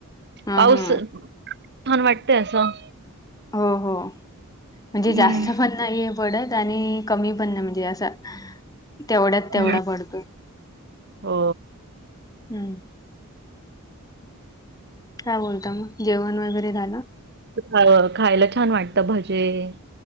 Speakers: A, on the left; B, on the right.
A: हा
B: पाऊस
A: हा
B: छान वाटतय असं.
A: हो हो म्हणजे
B: हम्म.
A: जास्त पण नाहीये. पडत आणि कमी पण नाही म्हणजे असा तेवढ्यात तेवढा
B: हम्म.
A: पडतो.
B: हो
A: हम्म काय बोलता मग जेवण वगैरे झालं?
B: हळू हळू खायला छान वाटतं भजे-